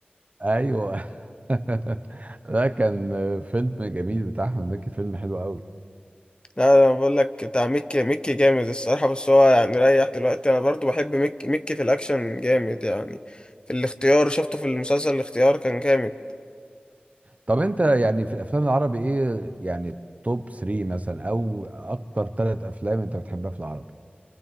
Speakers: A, on the right; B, on the left.
A: ايوه <laughs> ده كان فيلم جميل بتاع احمد مكي فيلم حلو قوي
B: لا انا بقول لك بتاع ميكي ميكي جامد الصراحه بس هو يعني ريح دلوقتي انا برضو بحب ميكي ميكي في الاكشن جامد يعني في الاختيار شفته في المسلسل الاختيار كان جامد
A: طب انت يعني في الافلام العربي ايه يعني توب 3 مثلا او اكتر ثلاث افلام انت بتحبها في العربي